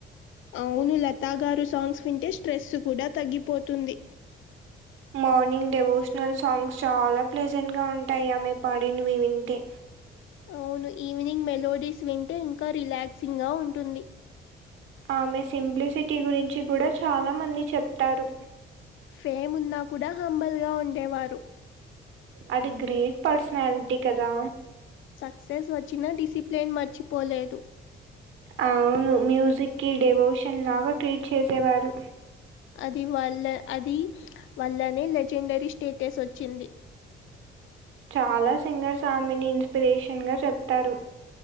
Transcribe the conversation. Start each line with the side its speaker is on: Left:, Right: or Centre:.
Left: అవును లతా గారు సాంగ్స్ వింటే స్ట్రెస్ కూడా తగ్గిపోతుంది
Right: మార్నింగ్ డెవోషనల్ సాంగ్స్ చాలా ప్లెజెంగా ఉంటాయి ఆమె పడిన్వి వింటే
Left: అవును ఈవినింగ్ మెలోడీస్ వింటే ఇంకా రిలాక్సింగ్ గా ఉంటుంది
Right: ఆమె సింప్లిసిటీ గురించి కూడా చాలా మంది చెప్తారు
Left: ఫేమ్ ఉన్నా కూడా హంబల్గా ఉండేవారు
Right: అది గ్రేట్ పర్సనాల్టీ కదా
Left: సక్సెస్ వచ్చినా డిసిప్లైన్ మర్చిపోలేరు
Right: అవును మ్యూజికి డెవోషన్ లాగా ట్రీట్ చేసేవారు
Left: అది వల్ల అది వల్లనే లెజెండరీ స్టేటస్ వచ్చింది
Right: చాలా సింగర్స్ ఆమెని ఇన్స్పిరేషన్ గా చెప్తారు